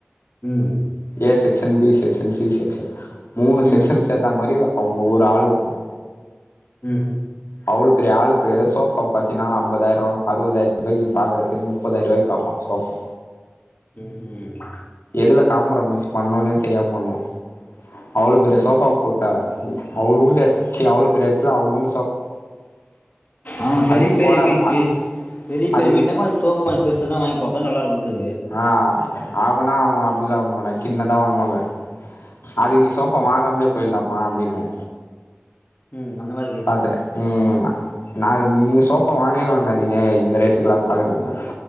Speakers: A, on the left; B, on the left.
A: ம்
B: A section B section C section மூணு
A: ம்
B: செக்ஷன்
A: ம்
B: சேத்தா மாரி அவுங்க ஒரு ஹால்யிருக்கு
A: ம்
B: அவ்ளோ பெரிய ஆலுகு சோஃபா பாத்தினா ஐம்தாயிரோ அறுவதாயிரோ ரூாய்க்கு பாகுறதுக்கு முப்பதாயிருபாய்க்கு பாப்பா சோஃபா
A: ம் ம்
B: எதுல ஃகாம்ப்ரமைஸ் பண்ணுனே தெரியாம பண்ணுவா அவ்ளோ பெரிய சோஃபா போட்டா அவுளுண்டு எடத் சீ அவ்ளோ பெரிய எடத்துல அவுளுண்
A: ஆமா பெரிய
B: அது நீ
A: பெரிய
B: போனா
A: வீ
B: அ
A: பெ பெரிய
B: அது
A: பெரியவீட்னா
B: நீ
A: கொஞ்சோ சோஃபா கெஞ்சோ பெருச தா வாங்கிபாப்ப நல்லாயிருக்கு வீடு
B: ஆ அவனா அவுங்க அப்டிலா வாங்க மாட்டாங்க சின்னதா வாங்குவாங்க அதுக்கு நீ சோஃபா
A: ம்
B: வாங்காமேலே போயிட்லாம அப்டின்ன
A: ம் அந்தமாரி
B: பாத்துட்டே ம் நா நீங்க சோஃபா வாங்கவே வாங்காதீங்க இந்த ரேட்டுக்குல்லா பாக்றீங்னா